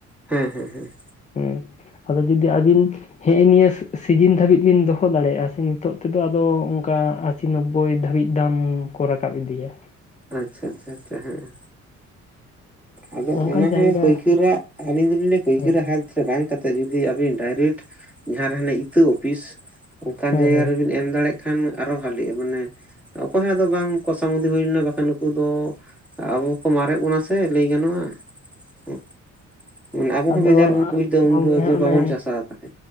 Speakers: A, in the centre; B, on the left (about 25°).
A: ᱦᱮᱸ ᱦᱮᱸ ᱦᱮᱸ᱾
B: ᱦᱩᱸ ᱟᱫᱚ ᱡᱩᱫᱤ ᱟᱹᱵᱤᱱᱼᱼ ᱦᱮᱜ-ᱮ ᱱᱤᱭᱟᱹ ᱥᱤᱡᱤᱱ ᱫᱷᱟᱹᱵᱤᱡ ᱵᱤᱱ ᱫᱚᱦᱚ ᱫᱟᱲᱮᱭᱟᱜ-ᱟ ᱥᱮ ᱱᱤᱛᱚᱜ ᱛᱮᱫᱚ ᱟᱫᱚ ᱚᱱᱠᱟᱼᱼ ᱟᱥᱤ ᱱᱚᱵᱵᱳᱭ ᱫᱷᱟᱹᱵᱤᱡ ᱫᱟᱢ ᱠᱚ ᱨᱟᱠᱟᱵ ᱤᱫᱤᱭᱟ᱾
A: ᱟᱪᱪᱷᱟ ᱟᱪᱪᱷᱟ ᱟᱪᱪᱷᱟ ᱦᱮᱸ᱾ ᱟᱫᱚ
B: ᱚᱱᱠᱟᱱ
A: ᱚᱱᱟ
B: ᱡᱟᱭᱜᱟ
A: ᱦᱚᱸ ᱯᱟᱹᱭᱠᱟᱹᱨᱟᱜ ᱟᱹᱞᱤᱧ ᱫᱚᱞᱤᱧ ᱞᱟᱹᱭᱟ ᱯᱟᱹᱭᱠᱟᱹᱨᱟᱜ
B: ᱦᱮᱸ
A: ᱦᱟᱛ ᱨᱮ ᱵᱟᱝ ᱠᱟᱛᱮ ᱡᱩᱫᱤ ᱟᱹᱵᱤᱱ ᱰᱟᱭᱨᱮᱠᱴ ᱡᱟᱦᱟᱸ ᱨᱮ ᱦᱟᱱᱮ ᱤᱛᱟᱹ ᱚᱯᱷᱤᱥ ᱚᱝᱠᱟᱱ
B: ᱦᱮᱸ
A: ᱡᱟᱭᱜᱟ
B: ᱦᱮᱸ
A: ᱨᱮᱵᱤᱱ ᱮᱢ ᱫᱟᱲᱮᱭᱟᱜ ᱠᱷᱟᱱ ᱟᱨᱚ ᱵᱷᱷᱟᱞᱤᱜ-ᱟ ᱢᱟᱱᱮ ᱚᱠᱚᱭ ᱦᱚᱸ ᱟᱫᱚ ᱵᱟᱝ ᱠᱚᱥᱟ ᱢᱩᱫᱤ ᱦᱩᱭ ᱞᱮᱱᱟ ᱵᱟᱠᱷᱟᱱ ᱱᱩᱠᱩ ᱫᱚ ᱟᱵᱚ ᱠᱚ ᱢᱟᱨᱮᱜ ᱵᱚᱱᱟ᱾ ᱥᱮ ᱞᱟᱹᱭ ᱜᱟᱱᱚᱜ-ᱟ᱾ ᱦᱮᱸ ᱢᱟᱱᱮ ᱟᱵᱚ ᱦᱚᱸ
B: ᱟᱫᱚ
A: ᱵᱮᱡᱟᱨ ᱵᱚᱱ ᱵᱩᱡᱫᱟ ᱩᱱᱫᱚ
B: ᱜᱚᱝᱠᱮ ᱦᱟᱸᱜ
A: ᱡᱮ
B: ᱚᱱᱮ
A: ᱵᱟᱵᱚᱱ ᱪᱟᱥᱟ ᱛᱟᱦᱞᱮ᱾